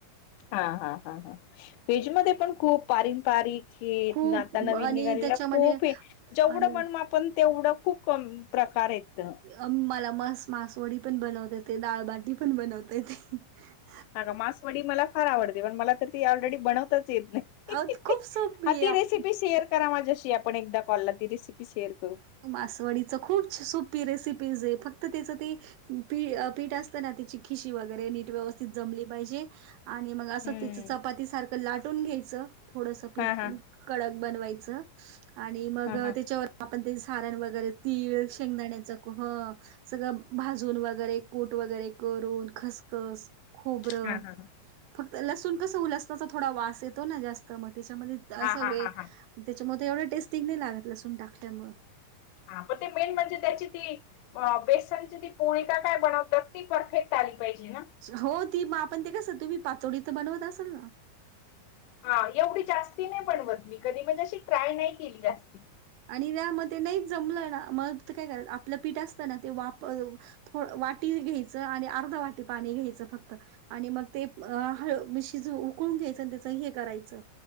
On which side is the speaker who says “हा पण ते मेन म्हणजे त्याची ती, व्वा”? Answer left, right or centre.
Left